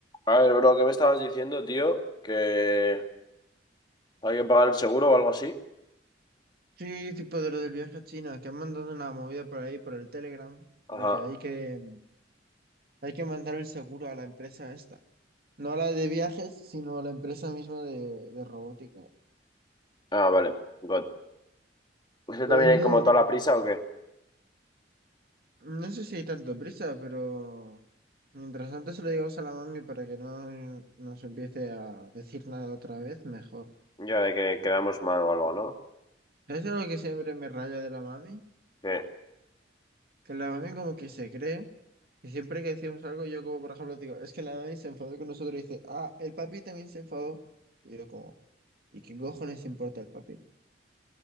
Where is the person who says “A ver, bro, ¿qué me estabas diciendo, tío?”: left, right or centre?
Left